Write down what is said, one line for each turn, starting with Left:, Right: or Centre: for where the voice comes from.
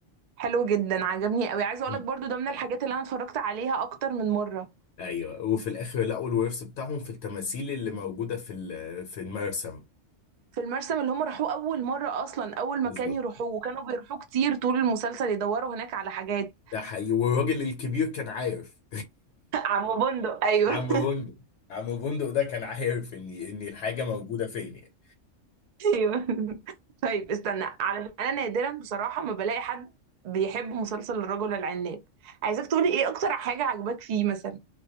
Right: حلو جدا عجبني قوي عايزه اقول
Left: مم.
Right: لك برضو ده من الحاجات اللي انا اتفرجت عليها اكتر من مره
Left: ايوه وفي الاخر لقوا الورث بتاعهم في التماثيل اللي موجودة في ال- في المرسم
Right: في المرسم اللي هم راحوه أول مرة أصلا أول
Left: بالظبط
Right: مكان يروحوه وكانوا بيروحوه كتير طول المسلسل يدوروا هناك على حاجات
Left: ده حقيقي والراجل الكبير كان عارف
Right: <laughs> عم بندق
Left: <laughs>
Right: أيوه
Left: عم بندق عم بندق ده كان عارف ان ان الحاجة موجودة فين يعني
Right: <laughs> أيوه طيب استنى على أنا نادرا بصراحة ما بلاقي حد بيحب مسلسل الرجل العناب عايزاك تقولي إيه أكتر حاجة عجباك فيه مثلا